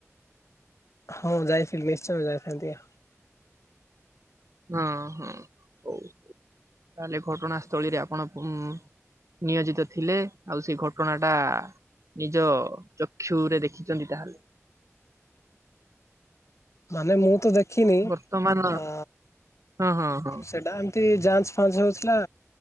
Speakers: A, on the left; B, on the right.
A: ହଁ ଯାଇଥିଲି ନିଶ୍ଚୟ ଯାଇଥାନ୍ତି ଆ
B: ହଁ ହଁ ହଉ ତାହେଲେ ଘଟଣାସ୍ଥଳୀରେ ଆପଣ କଣ ନିୟୋଜିତ ଥିଲେ ଆଉ ସେ ଘଟଣା ଟା ନିଜ ଚକ୍ଷୁରେ ଦେଖିଛନ୍ତି ତାହେଲେ।
A: ମାନେ ମୁଁ ତ ଦେଖିନି
B: ବର୍ତ୍ତମାନ
A: ଆ
B: ହଁ ହଁ ହଁ
A: ସେଟା ଏମ୍ ଏମତି ଯାଞ୍ଚ ଫାଞ୍ଚ ହେଉଥିଲା